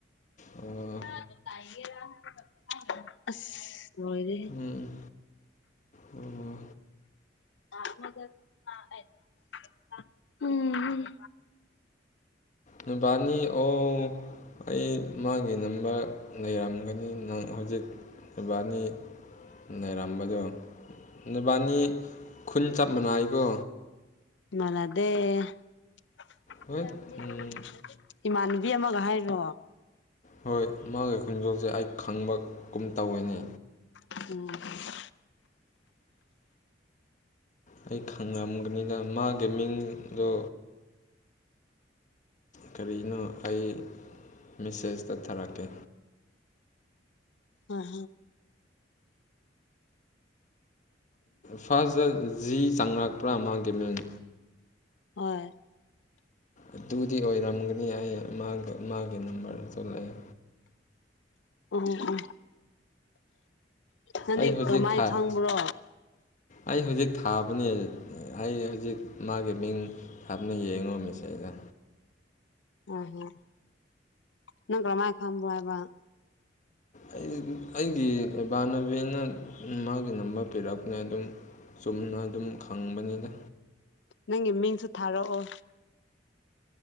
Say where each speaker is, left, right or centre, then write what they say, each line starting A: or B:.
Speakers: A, on the left; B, on the left.
A: ꯑꯣ
B: <unintelligible> ꯑꯁ ꯂꯣꯏꯔꯦꯍꯦ
A: ꯎꯝ ꯑꯣ
B: <unintelligible> ꯎꯝ ꯍꯝ
A: ꯅꯨꯄꯥꯅꯤ ꯑꯣ ꯑꯩ ꯃꯥꯒꯤ ꯅꯝꯕꯔ ꯂꯩꯔꯝ <unintelligible> ꯅꯪ ꯍꯧꯖꯤꯛ ꯏꯕꯥꯅꯤ ꯅꯩꯔꯝꯕꯗꯣ ꯅꯕꯥꯅꯤ ꯈꯨꯟ ꯆꯞ ꯃꯥꯟꯅꯥꯏꯀꯣ
B: ꯃꯥꯅꯗꯦ <unintelligible>
A: ꯍꯣꯏ ꯎꯝ
B: ꯏꯃꯥꯟꯅꯕꯤ ꯑꯃꯒ ꯍꯥꯏꯔꯣ
A: ꯍꯣꯏ ꯃꯥꯒꯤ ꯈꯣꯡꯖꯣꯜꯁꯦ ꯑꯩ ꯈꯪꯕꯒꯨꯝ ꯇꯧꯋꯦꯅꯦ
B: ꯑꯣ
A: ꯑꯩ ꯈꯪꯉꯝꯒꯅꯤꯗ ꯃꯥꯒꯤ ꯃꯤꯡꯗꯣ ꯀꯔꯤꯅꯣ ꯑꯩ ꯃꯦꯁꯦꯖꯇ ꯊꯥꯔꯛꯀꯦ
B: ꯍꯣꯏ ꯍꯣꯏ
A: ꯐꯥꯔꯁꯇ ꯖꯤ ꯆꯡꯉꯛꯄ꯭ꯔꯥ ꯃꯥꯒꯤ ꯃꯤꯡ
B: ꯍꯣꯏ
A: ꯑꯗꯨꯗꯤ ꯑꯣꯏꯔꯝꯒꯅꯤ ꯑꯩ ꯃꯥꯒ ꯃꯥꯒꯤ ꯅꯝꯕꯔ ꯑꯃ ꯊꯣꯛꯂꯛꯑꯦ
B: ꯍꯣꯏ ꯍꯣꯏ ꯅꯪꯗꯤ
A: ꯑꯩ ꯍꯧꯖꯤꯛ
B: ꯀꯔꯝꯃꯥꯏꯅ
A: ꯊꯥꯏ
B: ꯈꯪꯕ꯭ꯔꯣ
A: ꯑꯩ ꯍꯧꯖꯤꯛ ꯊꯥꯕꯅꯦ ꯑꯩ ꯍꯧꯖꯤꯛ ꯃꯥꯒꯤ ꯃꯤꯡ ꯊꯥꯞꯅ ꯌꯦꯡꯉꯣ ꯃꯤꯁꯦꯗ
B: ꯑꯣꯍꯣ ꯅꯪ ꯀꯃꯥꯏ ꯈꯪꯕ꯭ꯔꯣ ꯍꯥꯏꯕ
A: ꯑꯩ ꯑꯩꯒꯤ ꯏꯕꯥꯥꯟꯅꯕꯤꯅ ꯃꯥꯒꯤ ꯅꯝꯕꯔ ꯄꯤꯔꯛꯄꯅꯦ ꯑꯗꯨꯝ ꯆꯨꯝꯅ ꯑꯗꯨꯝ ꯈꯪꯕꯅꯤꯗ
B: ꯅꯪꯒꯤ ꯃꯤꯡꯁꯨ ꯊꯥꯔꯛꯑꯣ